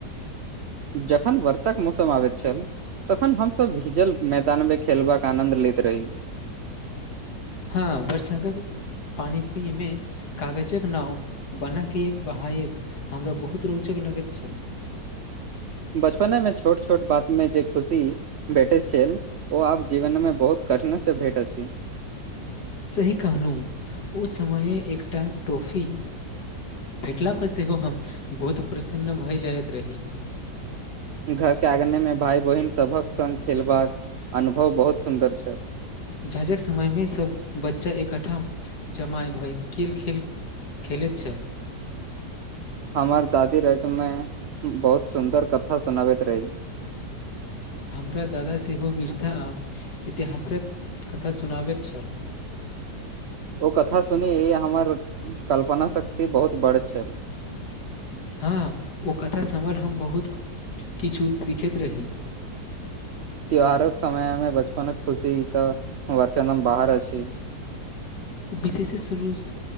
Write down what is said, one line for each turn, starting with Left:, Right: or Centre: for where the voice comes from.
Right: जखन वर्षाक मौसम आबैत छल तखन हमसभ भिजल मैदानमे खेलबाक आनन्द लैत रही।
Left: हँ बरषा पानि पीमे कागजक नाव बना के बहायब हमरा बहुत रोचक लगैत छल।
Right: बचपनेमें छोट छोट बात में जे खुशी भेटेत छैल ओ आब जीवन मे बहुत कठिनाइ से भेट अछि।
Left: सही कहलहु ओ समय एकटा टॉफी भेटला पर सेहो हम बहुत प्रसन्न भय जाइत रही।
Right: घरके आंगने में भाय बहिन सभक संग खेलबाक अनुभव बहुत सुन्दर छ
Left: झझक समयमे सब बच्चा एकठ्ठा जमा भय खेल खेल खेलैत छल।
Right: हमर दादी रति में बहुत सुन्दर कथा सुनाबैत रही।
Left: हमरा दादा सेहो वीरथा आ इतिहासक कथा सुनाबैत छल।
Right: ओ कथा सुनि ई हमर कल्पना शक्ति बहुत बड़त छल।
Left: हँ ओ कथा सम्ल हम बहुत किछु सिखैत रही।
Right: त्यौहारक समयमेम बचपनक खुशी तऽ <unintelligible> बाहर अछि।
Left: विशेष शुरूस